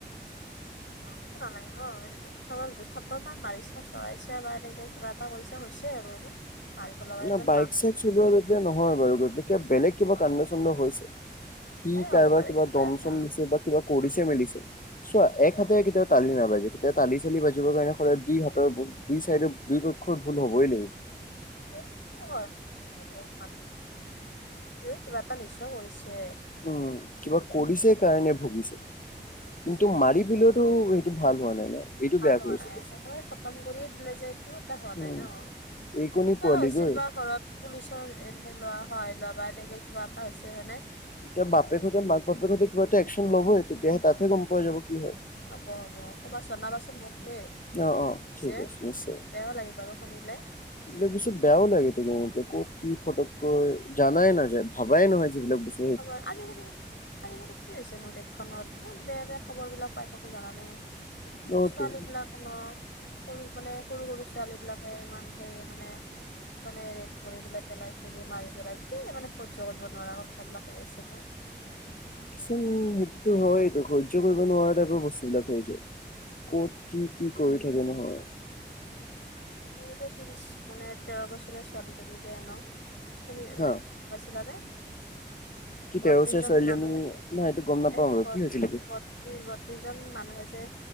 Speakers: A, on the left (about 90°); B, on the left (about 45°).
A: মাৰিব নালাগে ন। চ থাপ্পৰ মান মাৰিছে চৰাইছে বা এনেকে কিবা এটা কৰিছে হৈছে আৰু। মাৰি পেলাব এজন
B: ন বাইক
A: মা
B: চাইক চলোৱা যেতিয়া নহয় বাৰু কিবা বেলেগ কিবা কান্ড চান্দ হৈছে আৰু সি
A: এ হ'ব
B: কাৰোবাক
A: পাৰে
B: কিবা দম
A: এটা
B: চম দিছে বা কিবা কৰিছে মেলিছে চোৱা এক হাতেৰে কেতিয়াও তালি নাবাজে কেতিয়া তালি চালি বাজিবৰ কাৰণে সদায় দি হাতৰ দি চাইডৰ দুইো পক্ষৰ ভুল হ'বই লাগিব।
A: <unintelligible> হয় মানুহ <unintelligible> কিবা এটা নিশ্চয় কৰিছে।
B: উম, কিবা কৰিছে কাৰণে ভুগিছে
A: পিছে
B: কিন্তু মাৰিবলৈওতো
A: হ'ব,
B: টো ভাল হোৱা নাই ন। এইটো
A: ভাল
B: বেয়া
A: হোৱা
B: কৰিছে
A: নাই
B: বেছি।
A: একেবাৰে খতম কৰিয়ে দিলে যে এইটো এটা হোৱা
B: উম,
A: নাই ন।
B: এইকণি
A: কিবা
B: পোৱালি
A: হৈছিল
B: গৈ।
A: বা ঘৰত? পুলিচৰ এনে লোৱা সহায় লোৱা বা এনেকে কিবা এটা হৈছে মানে
B: এতিয়া, বাপে সৈতে মাক বাপেক সৈতে কিবা এটা একশ্বন ল'বই তেতিয়াহে তাহতে গম পায় যাব কি হয়।
A: হ'ব হ'ব কবা জনাবাচোন মোক দেই।
B: অ', অ',
A: <unintelligible>
B: ঠিক আছে নিশ্চয়।
A: বেয়া লাগে বাৰু শুনিলে।
B: এইবিলাক বস্তু বেয়াও লাগে <unintelligible> ক'ত কি ফটককৈ জানাই নাযায় ভাবাই নহয় যিবিলাক বচ
A: <unintelligible> আজিকালি আজিকালি কি হৈছে নো দেশখনত, ইমান বেয়া বেয়া খবৰ বিলাক পাই থাকো জানানে। সৰু-সৰু
B: অতো
A: ছোৱালী বিলাক অ' সৰু মানে, সৰু সৰু ছোৱালী বিলাকে ইমান সেই মানে মানে ৰেপ কৰি পেলাই পেলাই থৈ দিয়ে মাৰি পেলাই কি মানে সহ্য কৰিব নোৱাৰা কথাবিলাক হৈ আছে ন।
B: কিছু সেইটোতো হয়টো সহ্য কৰিব নোৱাৰা টাইপৰ বস্তু বিলাক হৈ যায়। ক'ত কি কি কৰি থাকে নহয়।
A: উ দুহেজাৰ তিৰিশ মানে তেৰ বছৰীয়া ছোৱালীজনী যে ন <unintelligible>
B: হা
A: পাইছিলা নে? এ
B: কি
A: বত্ৰিশজন
B: তেৰ বছৰীয়া ছোৱালীজনী
A: মানুহ
B: নাই এইটো গম নাপাওঁ
A: এ
B: আৰু
A: বত
B: কি হৈছিলে
A: বত ত্ৰিশ-বত্ৰিশ জন মানুহে যে,